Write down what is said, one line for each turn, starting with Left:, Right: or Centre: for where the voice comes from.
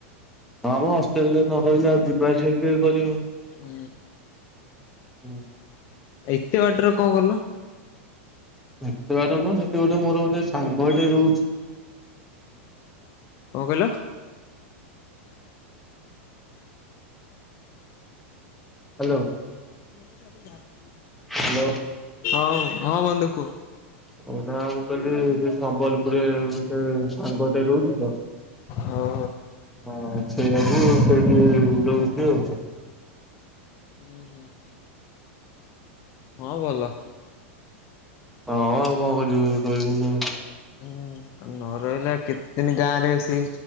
Centre: ହଁ ମ ହଷ୍ଟେଲ ରେ ନ ରହିଲେ ଆଉ ଯିବାସିବା କିଏ କରିବ।
Left: ଉଁ।
Centre: ହୁଁ।
Left: ଏତେ ବାଟରେ କଁ କଲ।
Centre: ଏତେ ବାଟ ନୁହଁ ସେଠି ଗୋଟେ ମୋର ଗୋଟେ ସାଙ୍ଗ ଟେ ରହୁଛି।
Left: କଁ କହିଲ।
Centre: ହାଲୋ।
Left: <unintelligible>
Centre: ହାଲୋ।
Left: ହଁ ବ ହଁ ବନ୍ଧୁ କୁହ?
Centre: ହଉ ନା ମୁଁ କହିଲି ସିଏ ସମ୍ବଲପୁରରେ ଗୋଟେ ସାଙ୍ଗଟେ ରହୁଚି ତ
Left: ଓହୋ
Centre: ହଁ ସେଇଆକୁୁ ସେଇଠି ରହୁଚି ଆଉ।
Left: ଉଁ ହୁଁ। ହଁ ଭଲ।
Centre: ହଁ ଆଉ କଣ କରିବୁ ରହିବୁନୁ ଆଉ।
Left: ହୁଁ ନ ରହିଲେ ଆଉ କେତେ ଦିନି ଗାଁ ରେ ଏସି